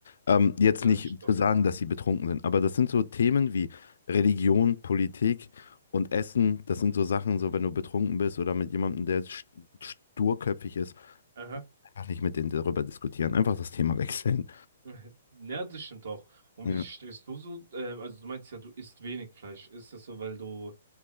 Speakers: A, on the left; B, on the right.
A: Ähm, jetzt
B: Ja,
A: nicht
B: das stimmt doch.
A: zu sagen, dass sie betrunken sind, aber das sind so Themen wie Religion, Politik und Essen. Das sind so Sachen, so wenn du betrunken bist oder mit jemandem, der st- sturköpfig ist,
B: Aha.
A: einfach nicht mit denen darüber diskutieren, einfach das Thema wechseln.
B: <laughs> Ja, das stimmt auch. Und
A: Ja.
B: wie stehst du so? Ähm, also du meinst ja, du isst wenig Fleisch. Ist das so, weil du